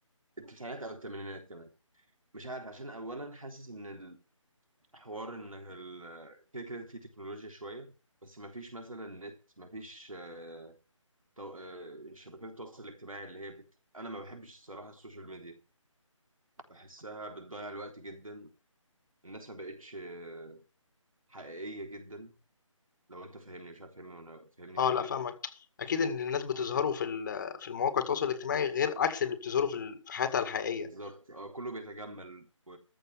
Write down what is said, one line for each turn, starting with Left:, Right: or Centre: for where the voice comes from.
Right: التسعينات او الثمانينات كمان مش عارف عشان اولا حاسس ان الحوار ان ال- كده كده في تكنولوجيا شويه بس ما فيش مثلا نت ما فيش آه، تو- آه، شبكات التواصل الاجتماعي اللي هي بت... انا ما بحبش الصراحه السوشيال ميديا بحسها بتضيع الوقت جدا الناس ما بقتش آه، حقيقيه جدا لو انت فاهمني مش عارف فاهمني ولا فاهمني
Left: اه
Right: ولا
Left: لا فاهمك
Right: لا
Left: اكيد ان الناس بتظهروا في ال... في المواقع التواصل الاجتماعي غير عكس اللي بتظهروا في ال... في حياتها الحقيقيه
Right: بالظبط اه كله بيتجمل و...